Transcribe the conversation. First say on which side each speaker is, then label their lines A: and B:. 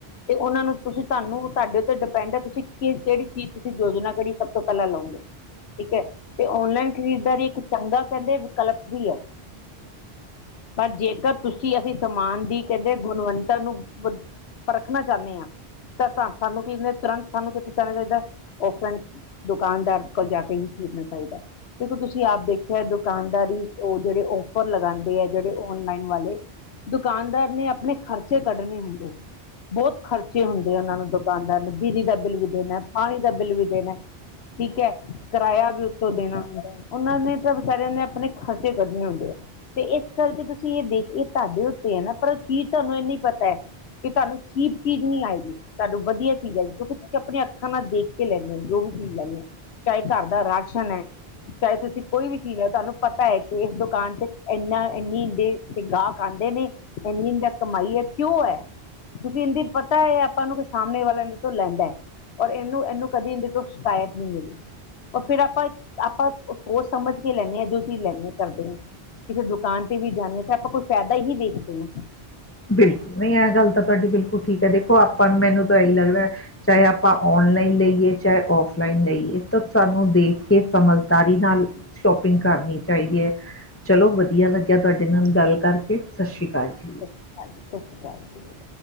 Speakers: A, on the left (about 75°); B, on the left (about 20°).
A: ਤੇ ਉਹਨਾਂ ਨੂੰ ਤੁਸੀਂ ਤਾਨੂੰ ਤਾਡੇ ਤੇ ਡਪਿਡ ਦੇਪੈਂਡ ਤੁਸੀਂ ਕੀ ਕਿਹੜੀ ਕੀ ਚੀਜ਼ ਤੁਸੀਂ ਯੋਜਨਾ ਕਰੀ ਸਭ ਤੋਂ ਪਹਿਲਾਂ ਲਓਂਗੇ। ਠੀਕ ਐ ਔਨਲਾਈਨ ਖਰੀਦਦਾਰੀ ਇੱਕ ਚੰਗਾ ਕਹਿੰਦੇ ਵਿਕਲਪ ਵੀ ਐ। ਪਰ ਜੇਕਰ ਤੁਸੀਂ ਅਸੀਂ ਸਮਾਨ ਦੀ ਕਹਿੰਦੇ ਗੁਣਵੰਨਤਾ ਨੂੰ ਵਧ ਪਰਖਣਾ ਚਾਹਨੇ ਆ ਤਾਂ ਸਾਨੂੰ ਕੀ ਤੁਰੰਤ ਸਾਨੂੰ ਕਿੱਥੇ ਜਾਣਾ ਚਾਹੀਦਾ ਔਫਲਾਈਨ ਦੁਕਾਨਦਾਰ ਕੋਲ ਜਾ ਕੇ ਵੀ ਖਰੀਦਣਾ ਚਾਹੀਦਾ ਇਹ ਤਾਂ ਤੁਸੀਂ ਆਪ ਦੇਖ ਫਿਰ ਦੁਕਾਨਦਾਰੀ ਉਹ ਜਿਹੜੇ ਔਫਰ ਲਗਾਂਦੇ ਆ ਜਿਹੜੇ ਓਨਲਾਈਨ ਵਾਲੇ ਦੁਕਾਨਦਾਰ ਨੇ ਆਪਣੇ ਖਰਚੇ ਕੱਢਣੇ ਹੁੰਦੇ ਨੇ। ਬਹੁਤ ਖਰਚੇ ਹੁੰਦੇ ਆ ਉਹਨਾਂ ਨੂੰ ਦੁਕਾਨਦਾਰ ਨੂੰ ਬਿਜਲੀ ਦਾ ਬਿੱਲ ਵੀ ਦੇਣਾ ਪਾਣੀ ਦਾ ਬਿੱਲ ਵੀ ਦੇਣਾ। ਠੀਕ ਐ ਕਿਰਾਇਆ ਵੀ ਉਤੋਂ ਦੇਣਾ ਹੁੰਦਾ ਐ। ਓਨਾਂ ਨੇ ਤਾਂ ਵਿਚਾਰੇਆਂ ਨੇ ਆਪਣੇ ਖਰਚੇ ਕੱਢਣੇ ਹੁੰਦੇ ਆ, ਤੇ ਏ ਕਰਕੇ ਤੁਸੀਂ ਏ ਦੇਖ ਏ ਧਾਡੇ ਉਤੇ ਐ ਨਾ ਪਰ ਕੀ ਧਾਨੂੰ ਏਨੀ ਪਤਾ ਐ ਕਿ ਧਾਨੂੰ ਚੀਪ ਚੀਜ਼ ਨੀ ਆਏਗੀ, ਧਾਨੂੰ ਵਦੀਆ ਚੀਜ਼ ਆਏਗੀ ਕਿਉਂਕਿ ਤੁਸੀਂ ਆਪਣੇ ਅੱਖਾਂ ਨਾਲ ਦੇ ਖੇ ਲੈਨੇ ਓ ਜੋ ਵੀ ਚੀਜ਼ ਲੈਨੇ ਓ, ਚਾਏ ਘਰ ਦਾ ਰਾਸ਼ਨ ਐ ਚਾਏ ਤੁਸੀਂ ਕੋਈ ਵੀ ਚੀਜ਼ ਆ ਧਾਨੂੰ ਪਤਾ ਏ ਕੇ ਏਸ ਦੁਕਾਨ ਤੇ ਐਨਾ ਏਨੀ ਦੇ ਤੇ ਗਾਹਕ ਆਂਦੇ ਨੇ, ਏਨੀ ਦਾ ਕਮਾਈ ਐ ਕਿਉਂ ਐ। ਕਿਉਂਕਿ ਏਂਦੀ ਪਤਾ ਐ ਏ ਆਪਾਂ ਨੂੰ ਸਾਮਣੇ ਵਾਲਾ ਏਦੇ ਤੋਂ ਲੈਂਦਾ ਐ। ਔਰ ਏਨੂੰ, ਏਨੂੰ ਕਦੀ ਏਂਦੇ ਤੋਂ ਸ਼ਿਕਾਏਤ ਨੀ ਮਿਲੀ। ਓ ਫੇਰ ਆਪਾਂ, ਆਪਾਂ ਓ ਸਮਝ ਕੇ ਲੈਂਣੇ ਆਂ ਜੋ ਚੀਜ਼ ਲੈਂਨੇ ਕਰਦੇ ਆਂ। ਕਿਸੇ ਦੁਕਾਨ ਤੇ ਵੀ ਜਾਨੇ ਆਂ ਤੇ ਆਪਾਂ ਕੋਈ ਫੈਦਾ ਹੀ ਵੇਖਦੇ ਆਂ।
B: ਬਿਲ, ਨਈ ਐ ਗੱਲ ਤਾਂ ਧਾਡੀ ਬਿਲਕੁਲ ਠੀਕ ਐ ਦੇਖੋ ਆਪਾਂ ਨੂੰ ਮੇਨੂੰ ਤਾਂ ਐਈ ਲੱਗਦੈ ਚਾਹੇ ਆਪਾਂ ਔਨਲਾਈਨ ਲਈਏ ਚਾਹੇ ਔਫਲਾਈਨ ਲਈਏ ਤਾਂ ਸਾਨੂੰ ਦੇਖ ਕੇ ਸਮਝਦਾਰੀ ਨਾਲ ਸ਼ੋਪਿੰਗ ਕਰਨੀ ਚਾਈਦੀ ਐ। ਚਲੋ ਵਦੀਆ ਲੱਗੇਆ ਧੋਡੇ ਨਾਲ ਗੱਲ ਕਰਕੇ, ਸਛਰੀ ਕਾਲ ਜੀ।
A: ਹਾਂਜੀ ਸਛਰੀ ਕਾਲ ਜੀ।